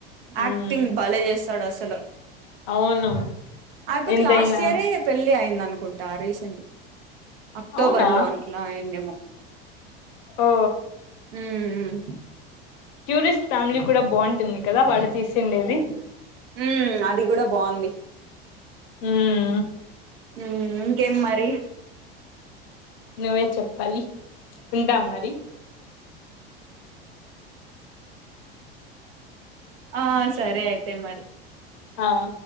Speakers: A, on the left; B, on the right.
A: మ్మ్
B: యాక్టింగ్ బాలే చేస్తాడు అసలు
A: అవును
B: అయిపకి
A: ఎంతైనా
B: లాస్ట్ ఇయరే పెళ్లి అయింది అనుకుంట డైరెక్షన్ అక్టోబర్
A: అవునా
B: లో అట్లా అయిందేమో
A: ఓ
B: హమ్
A: ట్యూరిస్ట్ ఫ్యామిలీ కూడా బాగుంటుంది కదా వాడు తీసిండేది
B: ఉమ్ అది కూడా బాగుంది
A: హ్మ్
B: ఉమ్ ఇంకేమ్ మరి
A: నువ్వే చెప్పాలి ఉంటాం మరి
B: ఆ సరే అయితే మరి
A: ఆహా